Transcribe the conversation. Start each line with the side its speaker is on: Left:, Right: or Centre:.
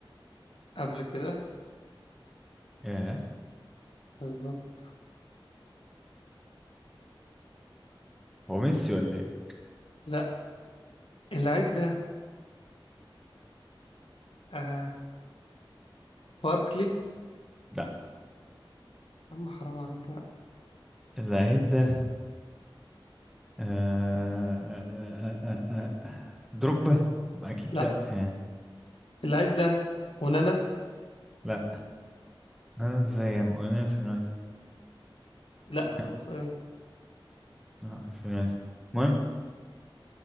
Left: قبل كده
Centre: ياه
Left: بالظبط
Centre: هو ميسي ولا ايه
Left: لا اللاعب ده آه... باركلي
Centre: لا
Left: اما حرام عليك
Centre: اللعيب ده آه... آه... آه... آه... آه، آه، دروجبا ما اكيد
Left: لا
Centre: لا يعني
Left: اللعيب ده ونانا
Centre: لا انا ازاي يا عم انا في اليونايتد
Left: لا
Centre: لا
Left: ف-
Centre: آه، في اليونايتد المهم